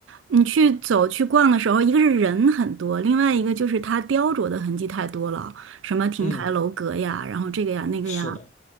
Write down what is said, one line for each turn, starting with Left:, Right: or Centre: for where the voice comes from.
Right: 你去走去逛的时候，一个是人很多，另外一个就是它雕琢的痕迹太多了，什么亭台楼阁呀，
Left: 嗯，
Right: 然后这个呀那个呀，
Left: 是的。